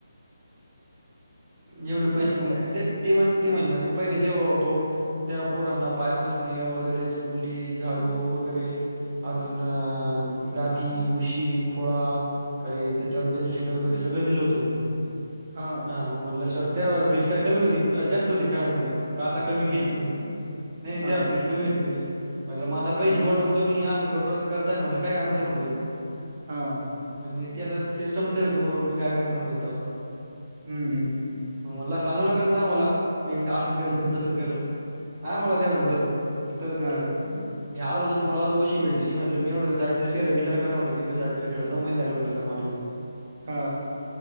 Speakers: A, on the right; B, on the right.
A: एवढे पैसे
B: बाकी
A: मग,
B: काय
A: ते ती
B: हा
A: म्हणार म पहिले जेव्हा होतो. त्या पोरांना, पाय पुसणे, वगैरे सुपली झाडू वगैरे, अजून अ... गादी, उशी, खुळा काही. त्याच्यावर बेडशीट वगैरे सगळं दिलं होतं. म्हनी
B: हा....
A: हा मग म्हटलं सर, त्यावेळी फीस काय कमी होती. जास्त होती काय म्हटलं. का आता कमी
B: हा
A: केली तुम्ही. नाही
B: हा
A: तेव्हा फीस कमी होती म्हणी. म्हणलं, मग आता
B: हा
A: पैसे वाढवून तुम्ही असं करू करताय म्हणलं. काय कामाच आहे म्हटल मी.
B: हा....
A: म्हणजे ते, आता सिस्टम्स आहे म्हणे. वरून मी काय करणार म्हणे त्याला.
B: हम्म... हम्...
A: मग मला सांगू नका माये मला म- दिलं
B: हम्म.
A: तस दिलं हा मला द्या म्हटलं तस तस देलं
B: हा
A: तर मी आलो तस मला आज उशी भेटली, म्हटलं मी एवढं दिवस एडजस्ट केला विचार करा म्हणल किती दिवस एडजस्ट केला नऊ महिने झाले म्हणलं सर मला येउन.
B: हा